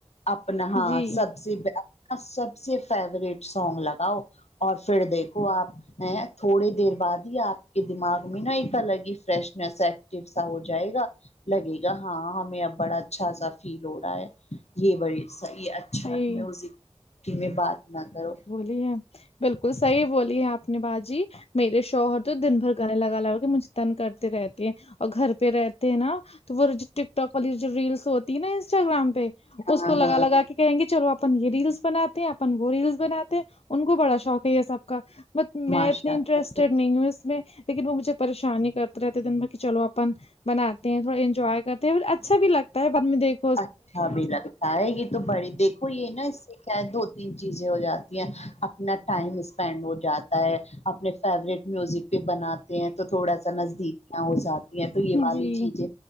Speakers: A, on the left; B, on the left.
A: اپنا ہاں
B: جی
A: سب سے ب س سب سے فیوریٹ ساونگ لگاؤ اور پھر دیکھو آپ یں تھوڑی دیر بعد ہی آپ کہ دماغ میں نا ایک الگ ہی فریشنیس آکٹیو سا ہو جائے گا لگے گا ہاں ہمیں اب بڑا اچھا سا فیل ہو رہا ہے یہ بڑی صحیح ہے اچھا
B: صحیح
A: میوزک کی میں بات نہ کرو
B: ٹی ہے بالکل صحیح بولی ہے آپ نے باجی میرے شوہر تو دن بھر گانے لگا لگا کے مجھ تنگ کرتے رہتے ہیں اور گھر پہ رہتے ہیں نا تو وہ جو ٹک ٹاک والی جو ریلس ہوتی ہے نا انسٹاگرام پہ اس
A: ہاں
B: کو لگا
A: ہاں
B: لگا کہ کہیں گے چلو اپن یہ ریلس بناتے ہیں اپن وہ ریلس بناتے ہیں ان کو بڑا شوق ہے یہ سب کا بٹ میں
A: ماشاء
B: اتنی انٹرسٹ
A: اللہ
B: نہیں ہوں اس میں لیکن وہ مجھے پریشانی کرتے رہتے دن میں کہ چلو اپن بناتے ہیں تھوڑا انجوائے کرتے ہیں اچھا بھی لگتا ہے بعد میں دیکھ
A: اچھا بھی لگتا ہے یہ تو بڑے دیکھو یہ نا اس سے کیا ہے دو تین چیزیں ہو جاتی ہیں اپنا ٹائم اسپینڈ ہو جاتا ہے اپنے فیورٹ میوزک پہ بناتے ہیں تو تھوڑا سا نزدیکیاں ہو جا تی ہیں تو یہ والی
B: جی
A: چیزیں